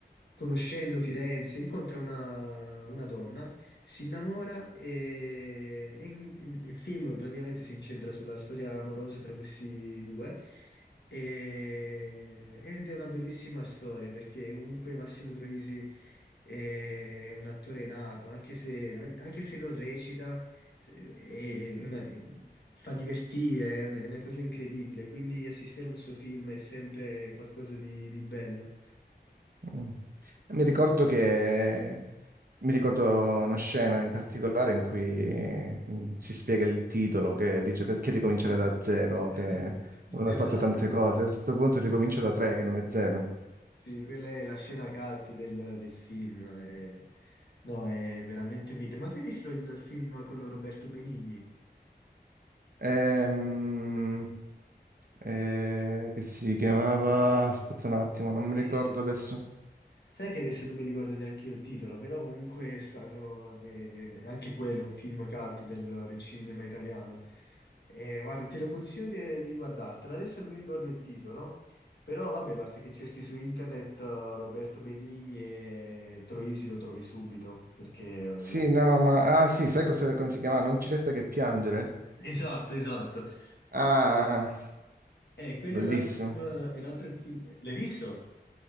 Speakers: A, on the left (about 80°); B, on the right (about 60°).
A: conoscendo Firenze, incontra una, una donna, si innamora e, e in- in- il film praticamente si incentra sulla storia amorosa tra questi due. E- ed è una bellissima storia perché comunque Massimo Troisi è un attore nato, anche se, an- anche se non recita, se- è una- è- fa divertire, è una, è una cosa incredibile. Quindi assistere a un suo film è sempre qualcosa di, di bello.
B: Mm. Mi
A: Sì.
B: ricordo che... Mi ricordo una scena in particolare in cui mm, si spiega il titolo, che dice perché ricominciare da zero,
A: <laughs>
B: che non
A: Esatto,
B: ho fatto tante
A: esatto.
B: cose. A questo punto ricomincio da tre, che non è zero.
A: Sì, quella è la scena cult del, del film. è- no, è veramente un mito. Ma tu hai visto il film con Roberto Benigni?
B: Ehm, eh, che si chiamava... Aspetta un attimo, non mi
A: Eh,
B: ricordo adesso.
A: Sai che adesso non mi ricordo neanche io il titolo, però comunque è stato eh, anche quello un film cult del, del cinema italiano. E guarda, te lo consiglio di, di guardartelo. Adesso non mi ricordo il titolo, però vabbè, basta che cerchi su internet eh, Roberto Benigni e Troisi lo trovi subito, perché è veramente...
B: Sì, no, ma... Ah, sì, sai cosa, come si chiama? Non ci resta che piangere.
A: Esatto, esatto.
B: Ah,
A: Eh, eh, quello
B: bellissimo.
A: è un altro film. È un altro film. L'hai visto?